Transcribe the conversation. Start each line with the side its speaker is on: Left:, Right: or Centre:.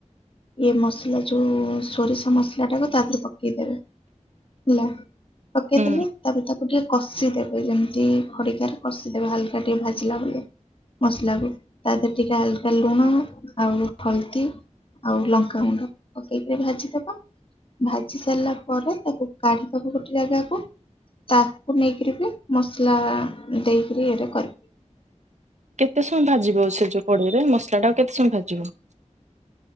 Left: ଏ ମସଲା ଯୋଉ ସୋରିଷ ମସଲାଟାକୁ ତା ଧେରେ ପକେଇ ପକେଇ ଦେବେ ହେଲା। ପକେଇଦେଲେ
Right: ହୁଁ।
Left: ତାପରେ ତାକୁ ତାକୁ ଟିକେ କଷିଦେବେ ଯେମିତି ଖଡିକାରେ କଷିଦେବେ ହାଲକା ଟିକେ ଭାଜିଲା ଭଳିଆ। ମସଲାକୁ। ତା ଦେହରେ ଟିକେ ହାଲକା ଲୁଣ ଆଉ ହଳଦୀ ଆଉ ଲଙ୍କାଗୁଣ୍ଡ ପକେଇକରି ଭାଜିଦବ ଭାଜି ସାରିଲା ପରେ ତାକୁ କାଢିଦବ ଗୋଟେ ଜାଗାକୁ ତାକୁ ନେଇକିରି ବି ମସଲା ଦେଇକିରି ଇଏରେ କରି
Right: କେତେ ସମୟ ଭାଜିବ ସେ ଯୋଉ କଡେଇରେ ମସଲାଟାକୁ କେତେ ସମୟ ଭାଜିବ?